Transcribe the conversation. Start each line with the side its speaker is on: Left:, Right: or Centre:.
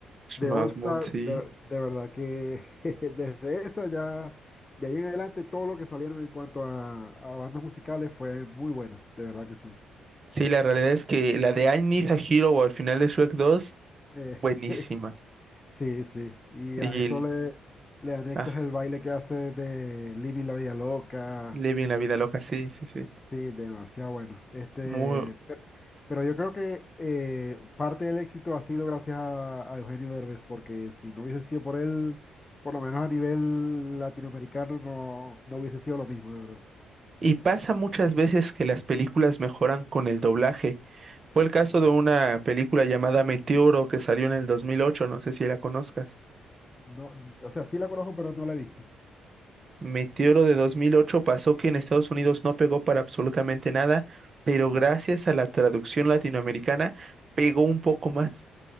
Right: Smash
Left: de All Star,
Right: Mouth, sí.
Left: de, de verdad que <laughs> desde esa ya, de ahí en adelante todo lo que salieron en cuanto a, a bandas musicales fue muy buena, de verdad que sí.
Right: Sí, la realidad es que la de I Need a Hero o al final de Shrek dos,
Left: Eh,
Right: buenísima.
Left: <laughs> sí, sí, y
Right: Y
Left: a eso
Right: el-
Left: le, le anexas
Right: ah,
Left: el baile que hace de Living la Vida Loca.
Right: Living la vida loca, sí, sí, sí.
Left: Sí, demasiado bueno. Este,
Right: Muy,
Left: pero, pero yo creo que eh, parte del éxito ha sido gracias a, a Eugenio Derbez, porque si no hubiese sido por él, por lo menos a nivel latinoamericano, no, no hubiese sido lo mismo, de verdad.
Right: Y pasa muchas veces que las películas mejoran con el doblaje. Fue el caso de una película llamada Meteoro que salió en el dos mil ocho. no sé si la conozcas.
Left: No, o sea, sí la conozco, pero no la he visto.
Right: Meteoro de 2008 pasó que en Estados Unidos no pegó para absolutamente nada, pero
Left: ¿ya?
Right: gracias a la traducción latinoamericana pegó un poco más,